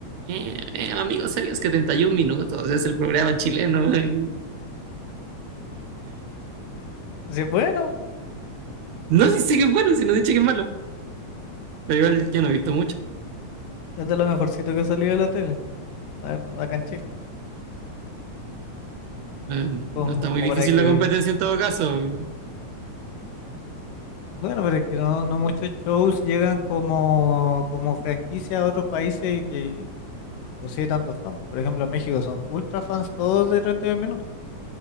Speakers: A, on the right; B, on the left.
A: Eh, eh, amigos, ¿sabías que treinta y uno minutos es el programa chileno? <laughs>
B: Así, que, bueno,
A: No sé si es bueno, si no dice que es malo. Pero igual yo no he visto mucho.
B: es de lo mejorcito que ha salido de la tele, la verdad, acá en Chile,
A: Eh,
B: como
A: No está
B: como
A: muy difícil
B: para que
A: la competencia en todo caso.
B: Bueno, pero es que no, no muchos shows llegan como, como franquicia a otros países y que consigue tantos fans. Por ejemplo, en México son ultra fans todos de treinta y dos minutos.